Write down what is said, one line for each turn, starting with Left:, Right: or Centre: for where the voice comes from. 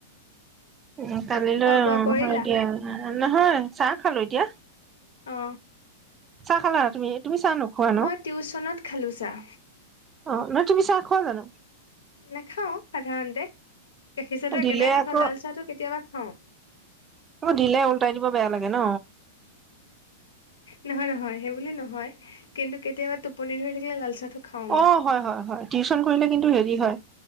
Right: উ কালিলৈ
Left: খোৱা বোৱা
Right: অ
Left: কৰিলা
Right: হয় দিয়া নহয় চাহ খালো এতিয়া
Left: অ
Right: চাহ খালা তুমি তুমি চাহ নোখোৱা ন
Left: মই টিউশচনত খালোঁ চাহ
Right: অ নহয় তুমি চাহ খোৱা জানো
Left: নাখাও সাধাৰণতে গাখীৰ চাহটো একেবাৰে
Right: দিলে
Left: নগাঁও
Right: আকৌ
Left: লাল চাহটো কেতিয়াবা অ'।
Right: আকৌ দিলে উল্টাই দিব বেয়া লাগে ন'।
Left: নহয়, নহয় সেই বুলি নহয় কিন্তু কেতিয়াবা টোপনি ধৰিলে থাকিলে লাল চাহটো খাওঁ মই
Right: অ', হয়, হয়, হয় টিউচন কৰিলে কিন্তু
Left: উম
Right: হেৰি হয়,